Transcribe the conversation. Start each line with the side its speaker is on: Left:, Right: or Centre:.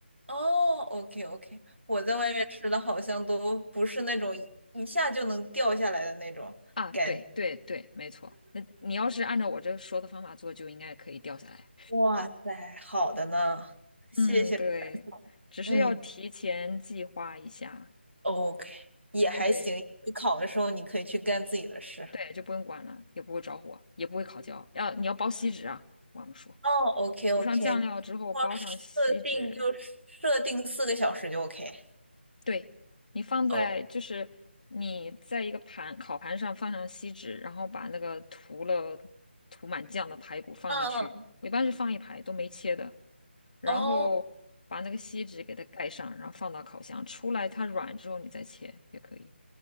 Right: 哦，OK OK，我在外面吃的好像都不是那种一一下就能掉下来的那种感觉
Left: 啊，对对对，没错。那你要是按照我这说的方法做，就应该可以掉下来。
Right: 哇塞，好的呢，谢谢传授。
Left: 嗯，对，只是要提前计划一下。
Right: 嗯，OK，也还行。
Left: 对
Right: 你考的时候你可以去干自己的事。
Left: 对，就不用管了，也不会着火，也不会烤焦。要你要包锡纸啊，忘了说，
Right: 哦，OK
Left: 涂上酱料之后包上锡纸。
Right: OK，我设定就设定四个小时就 OK。
Left: 对，你放在就是你在一个盘烤盘上放上锡纸，
Right: 哦，
Left: 然后把那个涂了涂满酱的排骨放进去。
Right: 嗯嗯
Left: 我一般是放一排都没切的，然后把那个锡纸给它盖上，
Right: 哦，
Left: 然后放到烤箱，出来它软之后你再切也可以。